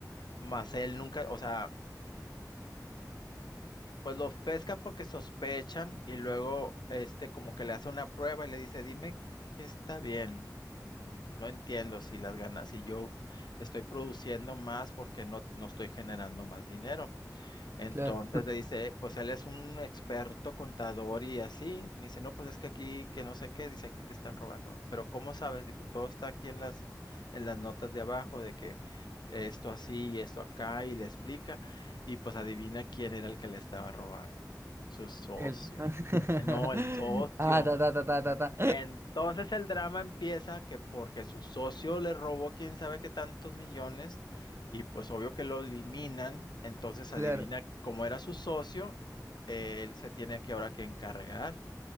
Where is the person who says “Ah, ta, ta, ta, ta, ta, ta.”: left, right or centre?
Right